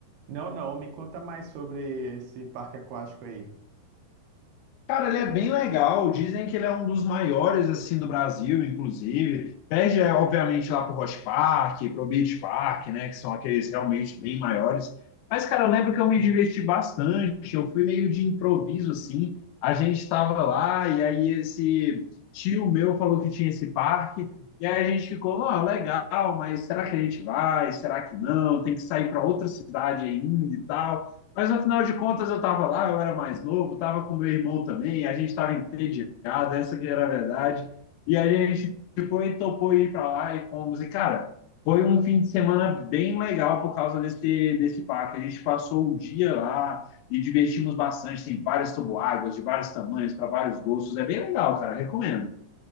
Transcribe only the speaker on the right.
Não, não. Me conta mais sobre esse parque aquático aí.